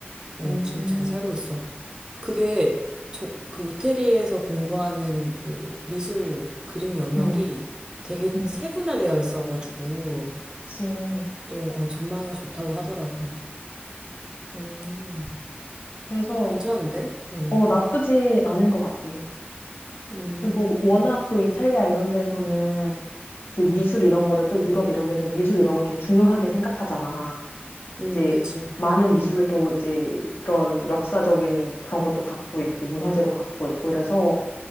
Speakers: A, on the right; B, on the left.
A: 어,
B: 음,
A: 지금 잘 살고 있어. 그게 저, 그 이태리에서 공부하는 그 미술 그림 영역이
B: 음,
A: 되게
B: 음,
A: 세분화되어 있어가지고
B: 그치.
A: 또 어, 전망이 좋다고 하더라고. 음,
B: 그래서,
A: 괜찮은데? 어.
B: 어, 나쁘지 않은 것 같아.
A: 음,
B: 그리고 워낙 또 이탈리아 이런 데서는 그 미술 이런 거를 또 유럽 이런 데서 미술 이런 걸 좀 중요하게 생각하잖아.
A: 음,
B: 이제
A: 그치.
B: 많은 미술을 또 이제 그런 역사적인 그런 것도 갖고 있고 문화재도 갖고 있고 이래서